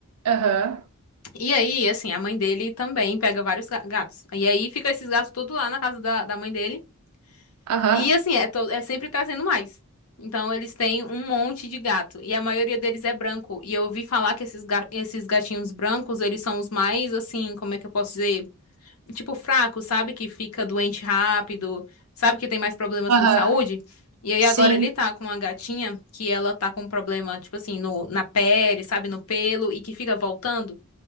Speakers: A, on the right (about 80°); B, on the left (about 70°).
A: Aham,
B: E aí, assim, a mãe dele também pega vários ga- gatos. E aí fica esses gatos tudo lá na casa da, da mãe dele.
A: aham,
B: E assim, é, to- é sempre trazendo mais. Então eles têm um monte de gato. E a maioria deles é branco. E eu ouvi falar que esses, ga- esses gatinhos brancos, eles são os mais, assim, como é que eu posso dizer? Tipo, fracos, sabe? Que fica doente rápido, sabe? Que tem mais problema,
A: aham.
B: assim, de saúde. E aí
A: Sim.
B: agora ele tá com uma gatinha que ela tá com um problema, tipo assim, no, na pele, sabe? No pelo, e que fica voltando.